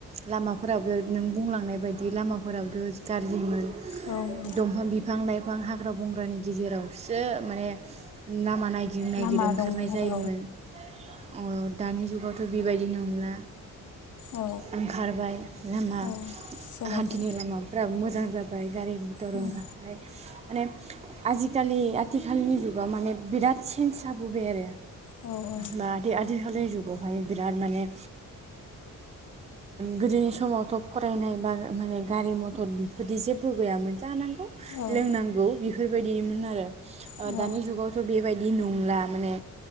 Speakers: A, on the right; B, on the left.
A: लामाफोरावबो नों बुंलांनाय बायदि लामाफोरावथ गाज्रिमोन
B: औ औ
A: दंफां बिफां लाइफां हाग्रा बंग्रानि गेजेरावसो माने लामा नाय गिर नागिर
B: लामा
A: ओंखारनाय
B: दंमोन
A: जायोमोन
B: आरो
A: दानि जुगावथ' बेबायदि नंला
B: औ
A: ओंखारबाय लामा
B: औ सोलायबाय
A: हान्थिनाय लामाफोरा मोजां मोजां जाबाय गारि मथर
B: उम
A: ओंखारबाय माने आजिखालि आथिखालनि जुगाव माने बिराद सेेन्ज जाबोबाय आरो
B: औ औ
A: माथो आ आथिखालनि जुगावहाय बिराद माने गोदोनि समावथ' फरायनाय बा माने गारि मथर बेफोरदि जेबो गैयामोन जानांगौ
B: औ
A: लोंनांगौ बेफोरबायदिमोन आरो
B: औ औ
A: दानि जुगावथ' बेबायदि नंला माने